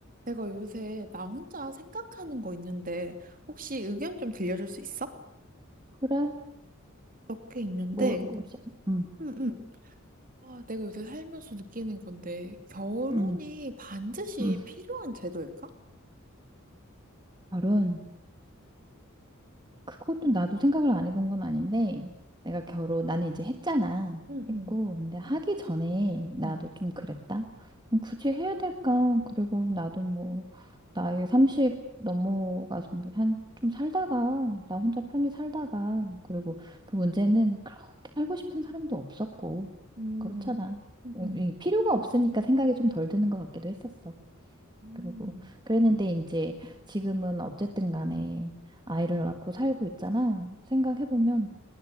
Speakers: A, on the right; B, on the right.
A: 내가 요새 나 혼자 생각하는 거 있는데 혹시 의견 좀 들려줄 수 있어?
B: 그래?
A: 몇 개 있는데
B: 뭐, 뭐, 없이. 음,
A: 응, 응. 아, 내가 요새 살면서 느끼는 건데 결혼이
B: 음,
A: 반드시
B: 음.
A: 필요한 제도일까?
B: 결혼. 그것도 나도 생각을 안 해본 건 아닌데, 내가 결혼, 나는 이제 했잖아.
A: 응,
B: 했고,
A: 응.
B: 근데 하기 전에 나도
A: 응.
B: 좀 그랬다. 음, 굳이 해야 될까? 그리고 나도 뭐, 나이 30 넘어가서 뭐, 한, 좀 살다가, 나 혼자 편히 살다가, 그리고 그 문제는 그렇게 살고 싶은 사람도 없었고,
A: 응응
B: 그렇잖아. 음,
A: 응
B: 이 필요가 없으니까 생각이 좀 덜 드는 것 같기도 했었어.
A: 응,
B: 그리고 그랬는데 이제 지금은 어쨌든 간에 아이를 낳고 살고 있잖아. 생각해보면